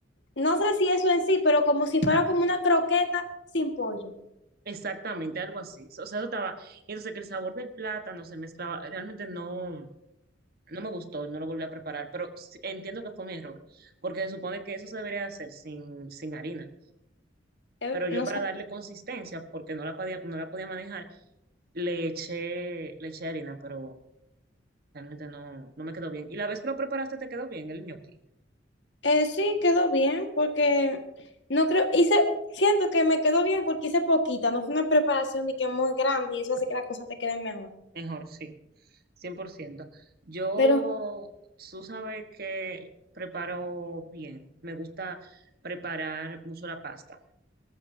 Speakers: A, on the left; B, on the right.
A: no sé si eso en sí, pero como si fuera como una croqueta sin pollo.
B: Exactamente, algo así. O sea, eso estaba. Y entonces que el sabor del plátano se mezclaba, realmente no. No me gustó, no lo volví a preparar, pero sí- entiendo que fue mi error, porque se supone que eso se debería hacer sin, sin harina.
A: Eh,
B: Pero yo
A: no
B: para
A: sé.
B: darle consistencia, porque no la podía, no la podía manejar, le eché, le eché harina, pero realmente no, no me quedó bien. Y la vez que lo preparaste te quedó bien el ñoqui.
A: Eh, sí, quedó bien porque no creo, hice, siento que me quedó bien porque hice poquita, no fue una preparación ni que muy grande y eso hace que las cosas te queden mejor.
B: Mejor, sí, 100%. Yo,
A: Pero,
B: tú sabes que preparo bien. Me gusta preparar mucho la pasta.